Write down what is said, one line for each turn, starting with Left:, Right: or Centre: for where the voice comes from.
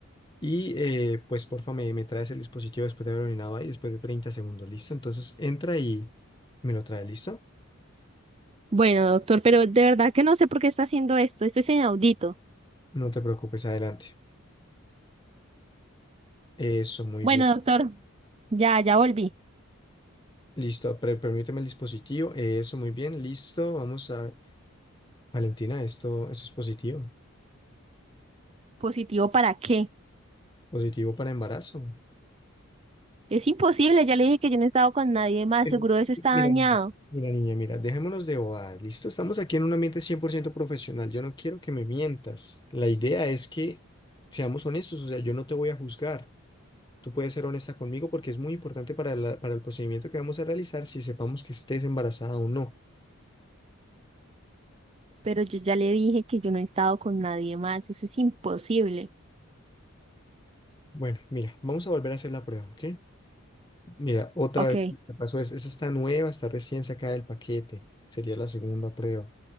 Left: Y eh, pues, porfa, me, me traes el dispositivo después de haber orinado ahí, después de 30 segundos, ¿listo? Entonces, entra y me lo trae, ¿listo?
Right: Bueno, doctor, pero de verdad que no sé por qué está haciendo esto, esto es inaudito.
Left: No te preocupes, adelante. Eso, muy
Right: Bueno,
Left: bien.
Right: doctor, ya, ya volví.
Left: Listo, pre- permíteme el dispositivo. Eso, muy bien, listo. Vamos a... Valentina, esto, eso es positivo.
Right: ¿Positivo para qué?
Left: Positivo para embarazo.
Right: Es imposible, ya le dije que yo no he estado con nadie más,
Left: Pero,
Right: seguro eso está
Left: mira,
Right: dañado,
Left: mira, Mira, niña, mira, dejémonos de bobadas, ¿listo? Estamos aquí en un ambiente 100% profesional. Yo no quiero que me mientas. La idea es que seamos honestos, o sea, yo no te voy a juzgar. Tú puedes ser honesta conmigo porque es muy importante para la- para el procedimiento que vamos a realizar si sepamos que estés embarazada o no.
Right: pero yo ya le dije que yo no he estado con nadie más, eso es imposible.
Left: Bueno, mira, vamos a volver a hacer la prueba, ¿ok? Mira, otra
Right: Ok,
Left: vez me pasó, es, esa está nueva, está recién sacada del paquete. Sería la segunda prueba.